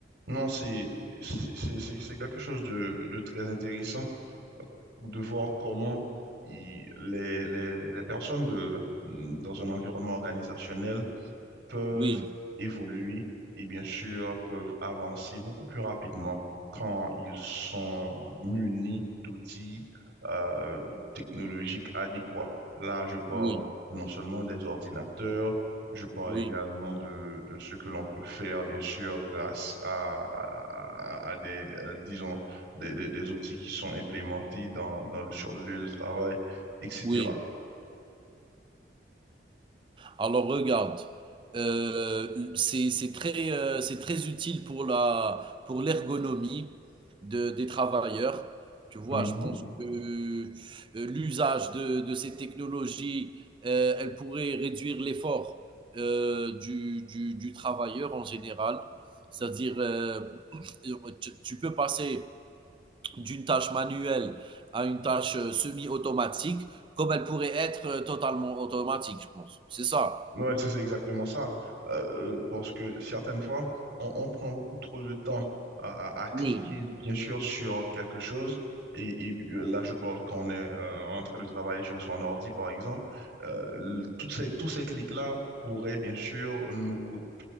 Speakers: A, on the right; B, on the right.
A: Non, c'est c'est c'est- c'est- c'est quelque chose de, de très intéressant euh, de voir comment il- les, les, les personnes de, dans un environnement organisationnel peuvent
B: Oui,
A: évoluer et bien sûr peuvent avancer beaucoup plus rapidement quand ils sont munis d'outils euh, technologiques adéquats. Là, je parle
B: oui,
A: non seulement des ordinateurs, je parle
B: oui,
A: également de, de ce que l'on peut faire, bien sûr, grâce à, à, à des, euh, disons, des, des- des outils qui sont implémentés dans, dans le, sur le lieu de travail, etc.
B: oui. Alors regarde, euh, c'est c'est très euh, c'est très utile pour la pour l'ergonomie de des travailleurs. Tu vois,
A: Mhm.
B: je pense que euh, l'usage de de ces technologies, euh, elle pourrait réduire l'effort euh, du, du du travailleur en général. C'est-à-dire, euh, <clears throat> tu tu peux passer d'une tâche manuelle à une tâche euh, semi-automatique, comme elle pourrait être euh, totalement automatique, je pense. C'est ça.
A: Ouais, c'est c'est exactement ça. Euh, euh, parce que certaines fois, on, on prend beaucoup trop de temps à, à- à cliquer,
B: Oui,
A: bien sûr, sur quelque chose. Et, et, euh, là, je parle quand on est euh, en train de travailler sur son ordi, par exemple. Euh, l- toutes ces, tous ces clics-là pourraient, bien sûr, nous coûter,